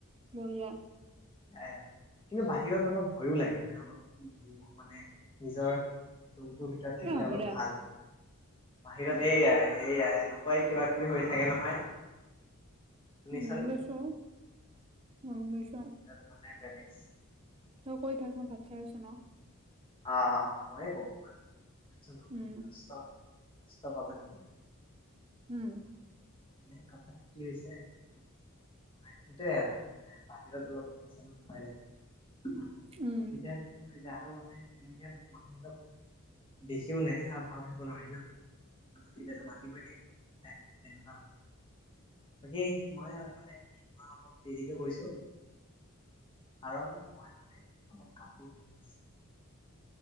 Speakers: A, on the right; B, on the left.
A: বহুিয়া।
B: এ কিন্তু বাহিৰত অলপ ভয়ো লাগে মানে অলপ মানে নিজৰ। ৰুমত। ভিতৰত থাকিলে
A: এ হ'ব
B: অলপ
A: দে
B: ভাল বাহিৰত এইয়াই এইয়াই এনেকুৱাই কিবা কিবি হৈ থাকে নহয়। শুনিছানে
A: গম পাইছো গম পাইছো।
B: তাত মানে বেলেচ।
A: অ', কৈ থাক মই ভাত খাই আছো ন।
B: আহ, ময়ে ক'ম মই কম। ইছান আ', <unintelligible>
A: উম
B: কাষ্টা কষ্ট পাবনি?
A: উম,
B: টো কি হৈছে? মই সেইটোৱে আৰু মানে বাহিৰত অলপ সঁচটো ঘমাই ল <unintelligible>
A: উম
B: এতিয়া কি হৈ যায় আৰু মানে তেনেকে মানুহবিলক দেখিও নেদেখা ভাল ধৰিব নোৱাৰি ন। মতিলে মাটতি হয় নাই। তেনে বাকি মই মানেমাৰ অলপ দেৰিকে কৰিছো। কাৰণ মই মানে অলপ কাপোৰ পিন্ধিছো।